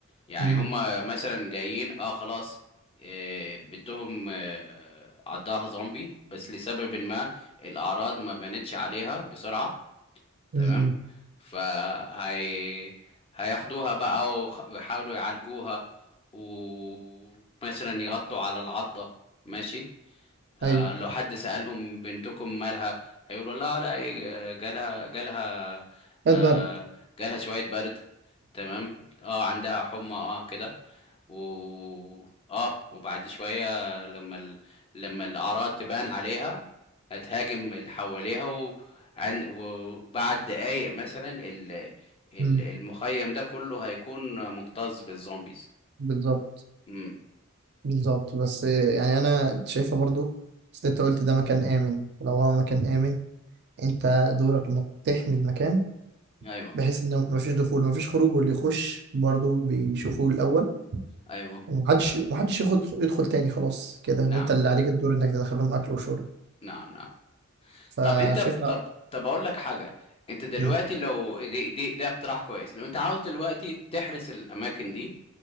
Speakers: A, on the left; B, on the right.
A: يعني
B: مم،
A: هما مثلا جايين اه خلاص آه، بيتهم آه، عضها زومبي بس لسبب ما الأعراض ما بانتش عليها بسرعة
B: مم،
A: تمام
B: مم.
A: فهي هياخدوها بقى ويحاولوا يعالجوها ومثلا يغطوا على العضة ماشي آه،
B: أيوه
A: لو حد سألهم بنتكم مالها هيقولوا لا لا آه، جالها جالها
B: هات
A: آه،
B: برد
A: جالها شوية برد تمام اه عندها حمى اه كده و اه وبعد شوية لما ال... لما الأعراض تبان عليها هتهاجم اللي حواليها و... عن... وبعد دقايق مثلا ال... ال-
B: مم،
A: المخيم ده كله هيكون مكتظ بالزومبيز
B: بالظبط
A: امم
B: بالظبط بس آه، يعني أنا شايفة برضو بس أنت قلت ده مكان آمن فلو هو مكان آمن أنت دورك إنك تحمي المكان
A: ايوه
B: بحيث إن مفيش دخول مفيش خروج واللي يخش برضو بيشوفوه الأول
A: ايوه
B: ومحدش ومحدش ياخد يدخل تاني خلاص كده
A: نعم
B: وانت اللي عليك الدور انك تدخل لهم اكل وشرب
A: نعم نعم
B: فشايفها
A: طب انت طب طب اقول لك حاجه انت دلوقتي
B: مم،
A: لو دي دي ده اقتراح كويس لو انت عاوز دلوقتي تحرس الاماكن دي